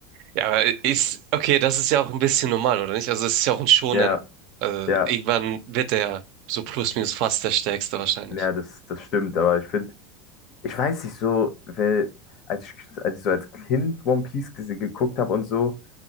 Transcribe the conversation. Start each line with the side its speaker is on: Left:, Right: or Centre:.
Right: Ja, aber ist, okay, das ist ja auch ein bisschen normal, oder nicht? Also es ist ja auch ein Shonen.
Left: Ja,
Right: Also
Left: ja,
Right: irgendwann wird er ja so plus minus fast der Stärkste wahrscheinlich.
Left: ja, das, das stimmt, aber ich finde. ich weiß nicht so, weil als ich, als ich so als Kind One Piece gese- geguckt habe und so,